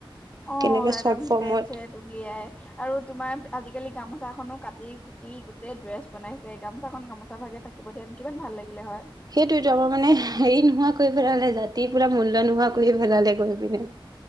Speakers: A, on the left (about 15°); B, on the right (about 45°).
A: অ',
B: কেনেকে
A: এদম
B: চৰ্ট ফৰ্মত
A: পেট-চেট উলিয়াই আৰু তোমাৰ আজিকালি গামোচাখনো কাটি কো টি গোটেই ড্ৰেছ বনাইছে। গামোচাখন গামোচা ভাগে থাকিব দিয়াহেতেন কিমান ভাল লাগিলে হয়!
B: সেইটোয়েতো আমাৰ মানে হেৰি নোহোৱা কৰি পেলালে জাতিৰ পুৰা মূল্য নোহোৱা কৰি পেলালে গৈ পিনে